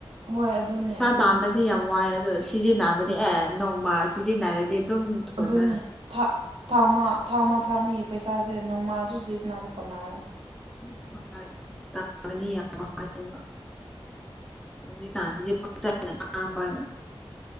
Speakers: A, on the right; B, in the centre.
A: ꯍꯣꯏ ꯑꯗꯨꯅꯦ
B: ꯄꯩꯁꯥ
A: ꯑꯗꯨꯅꯦ
B: ꯇꯥꯟꯕꯁꯦ ꯌꯥꯝ ꯋꯥꯏ ꯑꯗꯣ ꯁꯤꯖꯤꯟꯅꯕꯗꯤ
A: ꯎꯝ
B: ꯑꯦ ꯅꯣꯡꯃ ꯁꯤꯖꯤꯟꯅꯔꯗꯤ ꯑꯗꯨꯝ ꯀꯣꯟꯅꯔꯅꯤ
A: ꯑꯗꯨꯅꯤ ꯊꯥ ꯊꯥꯃꯥ ꯊꯥꯃꯥ ꯊꯥꯅꯤ ꯄꯩꯁꯥꯁꯦ ꯅꯣꯡꯃꯥꯁꯨ ꯁꯤꯖꯤꯟꯅꯕ ꯈꯣꯟꯅꯔꯣꯏ
B: <unintelligible> ꯇꯥꯟꯕꯗꯤ ꯌꯥꯝ ꯋꯥꯏꯌꯦꯕ ꯍꯧꯖꯤꯛ <unintelligible>